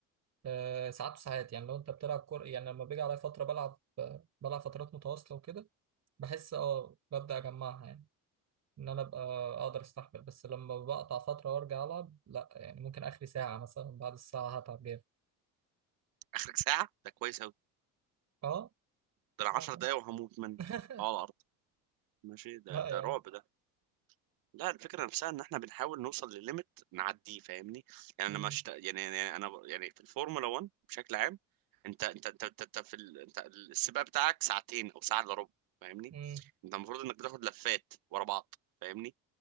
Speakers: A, on the right; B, on the right.
A: آه ساعات وساعات يعني لو انت بتلعب كوره يعني لما بيجي عليا فتره بلعب بلعب فترات متواصله وكده بحس اه ببدأ أجمعها يعني إن أنا أبقى أقدر أستحمل بس لما بقطع فترة وأرجع ألعب لأ يعني ممكن آخري ساعة مثلا بعد الساعة هتعب جامد
B: اخرك ساعه ده كويس اوي
A: اه
B: ده
A: صح
B: انا 10 دقايق وهموت منك
A: <laughs>
B: آه، على الارض ماشي ده
A: لا
B: ده
A: يا
B: رعب
A: عم
B: ده لا الفكره نفسها ان احنا بنحاول نوصل لليميت نعديه فاهمني يعني
A: امم
B: انا مش يعني يعني انا يعني في الفورمولا 1 بشكل عام انت انت انت انت, انت في ال... انت السباق بتاعك ساعتين او ساعه الا ربع فاهمني
A: امم
B: انت المفروض انك بتاخد لفات ورا بعض فاهمني